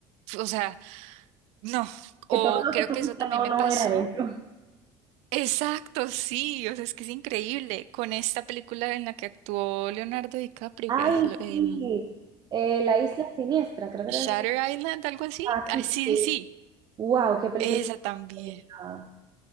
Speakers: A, on the right; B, on the right.
A: o sea, no. O
B: Que todo lo
A: creo
B: que tú
A: que
B: viste
A: eso también
B: no,
A: me
B: no
A: pasó.
B: era eso.
A: Exacto, sí. O sea, es que es increíble. Con esta película en la que actuó Leonardo DiCaprio,
B: Ay,
A: que es lo- em,
B: sí. Eh, La Isla Siniestra, creo que
A: Shutter
B: era.
A: Island, algo así.
B: Ah,
A: Ah,
B: sí, sí.
A: sí,
B: sí.
A: sí, sí.
B: Wow, qué película.
A: Esa también.
B: bonita.